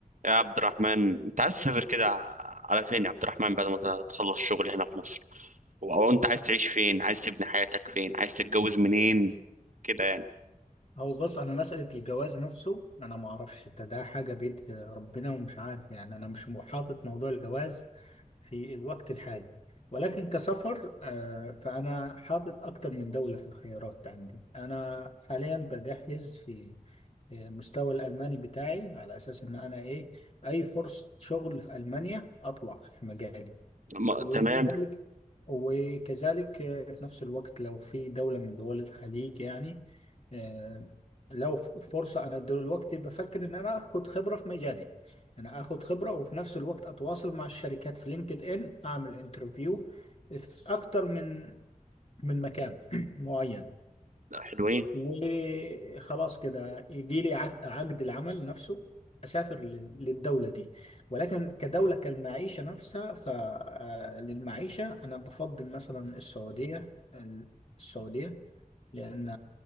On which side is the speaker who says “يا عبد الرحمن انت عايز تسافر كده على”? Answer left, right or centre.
Right